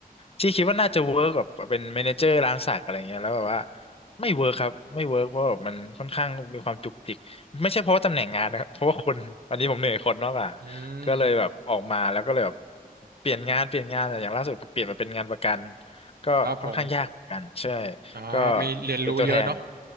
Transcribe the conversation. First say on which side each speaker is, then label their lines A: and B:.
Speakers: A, on the left (about 40°); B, on the right (about 85°).
A: ที่คิดว่าน่าจะเวิร์กแบบเป็นแมเนเจอร์ร้านสักอะไรเงี้ยแล้วแบบว่าไม่เวิร์กครับไม่เวิร์กเพราะแบบมันค่อนข้างมีความจุกจิกไม่ใช่เพราะว่าตำแหน่งงานนะครับเพราะว่าคนอันนี้ผมเหนื่อยคนมากกว่า
B: อืมอืม
A: ก็เลยแบบออกมาแล้วก็เลยแบบเปลี่ยนงานเปลี่ยนงานแต่อย่างล่าสุดเปลี่ยนมาเป็นงานประกัน ก็ค่อนข้างยากเหมือนกันใช่
B: ครับผมอ่ามีเรียนรู้เยอะเนาะ
A: ก็เป็นตัวแทน